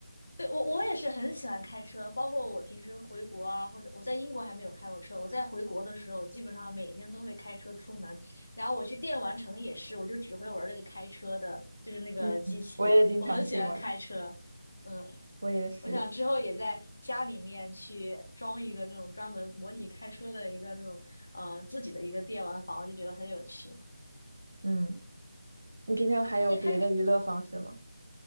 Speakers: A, on the left; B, on the right.
A: 对，我我也是很喜欢开车，包括我平时回国啊，或者我在英国还没有开过车，我在回国的时候，我基本上每天都会开车出门，然后我去电玩城也是，我就只会玩那个开车的，就是那个机器，
B: 嗯，我也经常去玩，
A: 我很喜欢开车，嗯。
B: 我也是。
A: 我想之后也在家里面去装一个那种专门模拟开车的一个那种呃自己的一个电玩房，就觉得很有趣。
B: 嗯，你平常还有别的娱乐方式吗？
A: 但是开始